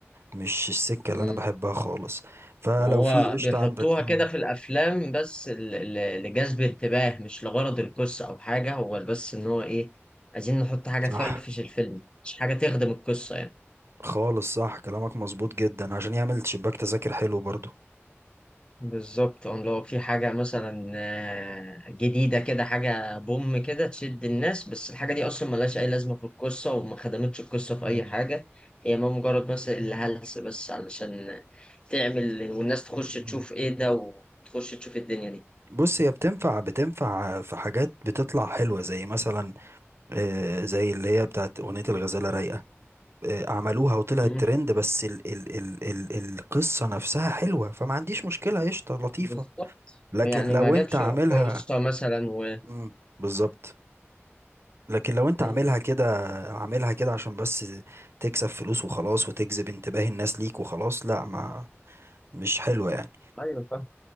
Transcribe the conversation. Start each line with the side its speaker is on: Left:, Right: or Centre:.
Right: مش السكة
Left: امم
Right: اللي انا بحبها خالص فلو
Left: ما هو
Right: في قشطة
Left: بيحطوها
Right: عندك مم،
Left: كده في الافلام بس ل- ل- لجذب انتباه مش لغرض القصه او حاجه هو بس ان هو ايه عايزين نحط حاجه
Right: صح
Left: تفرفش الفيلم مش حاجه تخدم القصه يعني
Right: خالص صح كلامك مظبوط جدا عشان يعمل شباك تذاكر حلو برضو
Left: بالظبط اه لو في حاجة مثلا آه، جديدة كده حاجة بوم كده تشد الناس بس الحاجة دي أصلا ملهاش أي لازمة في القصة وما خدمتش القصة
Right: مم،
Left: في أي حاجة هي ما مجرد مثلا اللي هلس بس علشان تعمل والناس تخش
Right: مم.
Left: تشوف إيه ده وتخش تشوف الدنيا دي
Right: بص هي بتنفع بتنفع في حاجات بتطلع حلوة زي مثلا آه، زي اللي هي بتاعت أغنية الغزالة رايقة آه، عملوها وطلعت
Left: مم.
Right: ترند بس ال ال ال ال القصة نفسها حلوة فما عنديش مشكلة قشطة لطيفة
Left: بالظبط
Right: لكن
Left: يعني
Right: لو
Left: ما جابش
Right: انت عاملها
Left: رقاصة مثلا و
Right: مم، بالظبط لكن لو انت
Left: مم.
Right: عاملها كده عاملها كده عشان بس تكسب فلوس وخلاص وتجذب انتباه الناس ليك وخلاص لا ما مش حلوة يعني
Left: أيوة فاهم